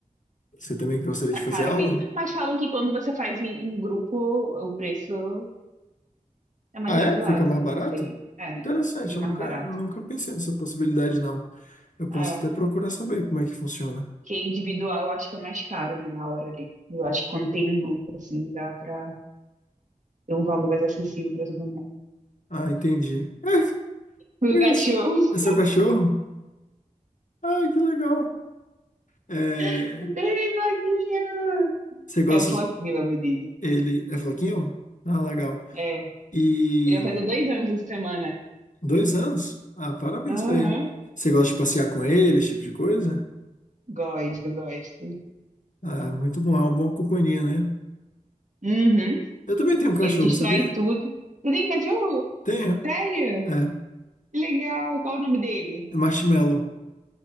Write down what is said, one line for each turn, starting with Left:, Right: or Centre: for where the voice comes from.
Left: Você também gostaria
Right: tá
Left: de
Right: caro
Left: fazer aula?
Right: mesmo. Mas falam que quando você faz em, em grupo, o preço é mais
Left: Ah,
Right: razoável,
Left: é? Fica mais barato?
Right: não sei. É,
Left: Interessante,
Right: fica
Left: eu
Right: mais
Left: nunca,
Right: barato.
Left: nunca pensei nessa possibilidade, não. Eu posso
Right: É.
Left: até procurar saber como é que funciona.
Right: Porque individual eu acho que é mais caro, né? A hora ali. Eu acho que quando tem um grupo, assim, dá pra ter um valor mais acessível pra todo mundo.
Left: Ah, entendi. <laughs> Ah, que
Right: Meu
Left: graça.
Right: cachorro.
Left: É seu cachorro? Ah, que legal. É,
Right: <laughs> Ei, Floquinho!
Left: você gosta
Right: É o Floquinho
Left: de-
Right: o nome dele.
Left: ele é floquinho? Ah, legal.
Right: É.
Left: E
Right: Ele vai fazer dois anos essa semana.
Left: dois anos? Ah, parabéns
Right: Aham.
Left: pra ele. Você gosta de passear com ele, esse tipo de coisa?
Right: Gosto, gosto.
Left: Ah, muito bom, é uma boa companhia, né?
Right: Uhum.
Left: Eu também tenho um cachorro,
Right: Ele destrói
Left: sabia?
Right: tudo. Você tem cachorro?
Left: Tenho.
Right: Sério?
Left: É,
Right: Que legal. Qual o nome dele?
Left: é marshmallow.